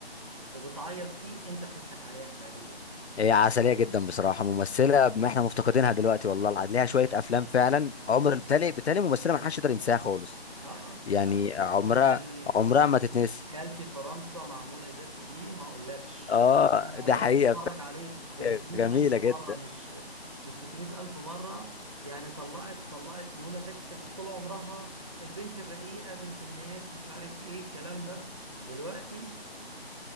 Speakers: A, on the right; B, on the left.
A: وبتعيط فيه انت بتضحك عليها فعليا يعني
B: هي عسليه جدا بصراحه ممثله ما احنا مفتقدينها دلوقتي والله العظيم ليها شويه افلام فعلا عمر بالتالي بالتالي ممثله ما حدش يقدر ينساها خالص
A: اه
B: يعني عمرها
A: يعني
B: عمرها ما تتنسي
A: خالتي فرنسا مع منى زكي دي ما اقولكش
B: اه
A: يا
B: ده
A: الله
B: حقيقه
A: اتفرج عليه 500
B: فعلاً. جميله
A: الف مره
B: جدا
A: مش مش 300 الف مره يعني طلعت طلعت منى زكي كانت طول عمرها البنت الرقيقه بنت الناس مش عارف ايه الكلام ده دلوقتي